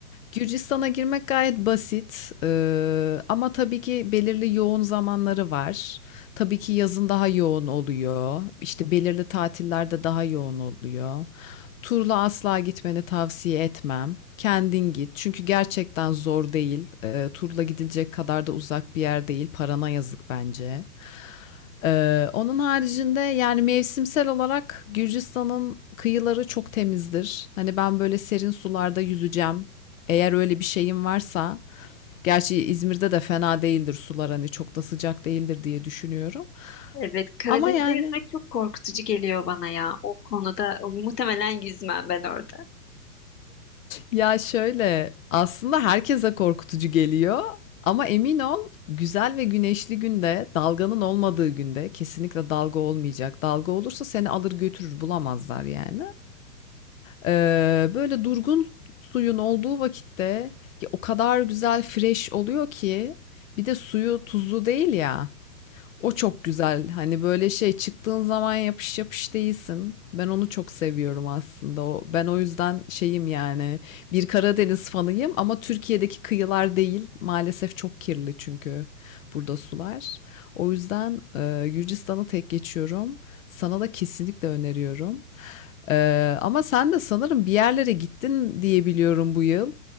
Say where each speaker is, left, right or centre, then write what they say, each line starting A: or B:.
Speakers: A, on the left; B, on the left.
A: Gürcistan'a girmek gayet basit Ee, ama tabii ki belirli yoğun zamanları var. Tabii ki yazın daha yoğun oluyor. İşte belirli tatillerde daha yoğun oluyor. Turla asla gitmeni tavsiye etmem. Kendin git. Çünkü gerçekten zor değil. Ee, turla gidilecek kadar da uzak bir yer değil. Parana yazık bence. Eee, onun haricinde yani mevsimsel olarak Gürcistan'ın kıyıları çok temizdir. Hani ben böyle serin sularda yüzeceğim. Eğer öyle bir şeyim varsa, gerçi İzmir'de de fena değildir sular hani çok da sıcak değildir diye düşünüyorum.
B: Evet, Karadeniz'de
A: Ama yani
B: yüzmek çok korkutucu geliyor bana ya. O konuda o- muhtemelen yüzmem ben orada.
A: ya şöyle aslında herkese korkutucu geliyor ama emin ol güzel ve güneşli günde dalganın olmadığı günde kesinlikle dalga olmayacak. Dalga olursa seni alır götürür bulamazlar yani. Eee, böyle durgun suyun olduğu vakitte ya o kadar güzel fresh oluyor ki bir de suyu tuzlu değil ya. O çok güzel. Hani böyle şey çıktığın zaman yapış yapış değilsin. Ben onu çok seviyorum aslında. O, ben o yüzden şeyim yani bir Karadeniz fanıyım ama Türkiye'deki kıyılar değil. Maalesef çok kirli çünkü burada sular. O yüzden eee Gürcistan'ı tek geçiyorum. Sana da kesinlikle öneriyorum. Ee, ama sen de sanırım bir yerlere gittin diye biliyorum bu yıl.